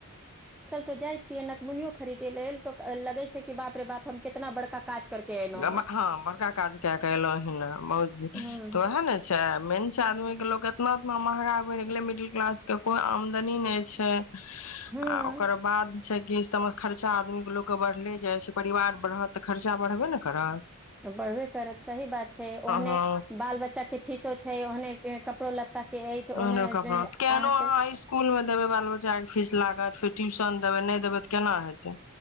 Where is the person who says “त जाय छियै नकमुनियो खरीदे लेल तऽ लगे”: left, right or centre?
Centre